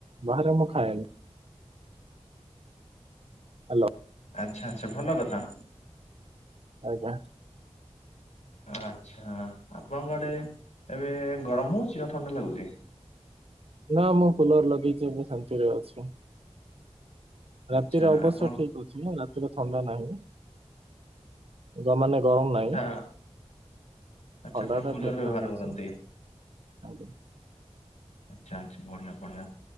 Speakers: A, on the right; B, on the left.
A: ବାହାରେ ମୁଁ ଖାଏନି ହାଲୋ
B: ଆଛା ଆଚ୍ଛା ଭଲ କଥା
A: ଆଜ୍ଞା।
B: ଆଚ୍ଛା ଆପଣଙ୍କ ଆଡ଼େ ଏବେ ଗରମ ହଉଚି ନା ଥଣ୍ଡା ଲାଗୁଛି?
A: ନା ମୁଁ କୁଲର ଲଗେଇଛି ମୁଁ ଶାନ୍ତିରେ ଅଛି। ରାତିରେ
B: ଆଚ୍ଛା
A: ଅବଶ୍ୟ
B: ଆପଣ
A: ଠିକ ଅଛି ରାତିରେ ଥଣ୍ଡା ନାହିଁ ଗ ମାନେ ଗରମ ନାହିଁ
B: ଆଚ୍ଛା ଆଚ୍ଛା
A: ଥଣ୍ଡା
B: ଆପଣ
A: ଟା
B: କୁଲର
A: ଠିକ
B: ବ୍ୟବହାର
A: ଠାକ୍
B: କରନ୍ତି।
A: ଅଛି। ଆଜ୍ଞା।
B: ଆଚ୍ଛା ଆଚ୍ଛା ବଢିଆ ବଢିଆ।